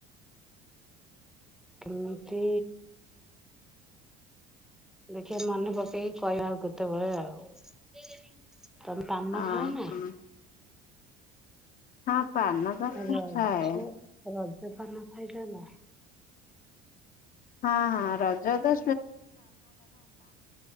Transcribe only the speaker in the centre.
କେମିତି ଦେଖିବା ମନେ ପକେଇକି କହିବା ଆଉ କେତେବେଳେ ଆଉ। ତମେ ପାନ
ଖାଅ ନା?
ରଜ
ରଜ ପାନ ଖାଇଲ ନା?